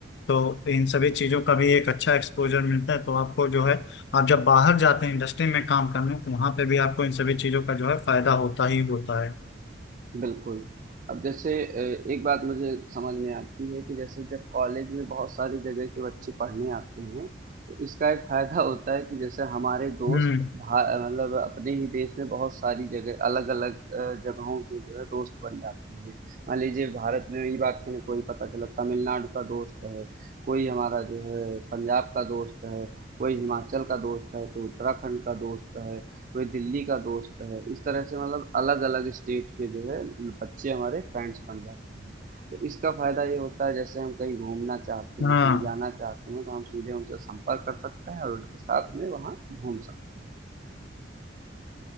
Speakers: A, on the left (about 60°); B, on the right (about 45°).
A: तो इन सभी चीज़ों का भी एक अच्छा एक्सपोजर मिलता है तो आपको जो है आप जब बाहर जाते हैं इंडस्ट्री में काम करने तो वहाँ पे भी आपको इन सभी चीज़ों का जो है फायदा होता ही होता है
B: बिल्कुल। अब जैसे अ, एक बात मुझे समझ में आती है कि जैसे जब कॉलेज में बहुत सारी जगह के बच्चे पढ़ने आते हैं, तो इसका एक फ़ायदा होता है कि जैसे हमारे दोस्त
A: हम्म
B: भा अ, मतलब अपने ही देश में बहुत सारी जगह अलग-अलग अ, जगहों के जो है दोस्त बन जाते हैं। मान लीजिए भारत में ही बात करें कोई पता चला तमिलनाडु का दोस्त है, कोई हमारा जो है पंजाब का दोस्त है, कोई हिमाचल का दोस्त है, कोई उत्तराखंड का दोस्त है। कोई दिल्ली का दोस्त है इस तरह से मतलब अलग अलग स्टेट के जो है बच्चे हमारे फ्रेंड्स बन जाते हैं तो इसका फायदा ये होता है जैसे हम कहीं घूमना चाहते हैं
A: हाँ
B: कहीं जाना चाहते हैं तो हम सीधे उनसे संपर्क कर सकते हैं और उनके साथ में वहाँ घूम सकते हैं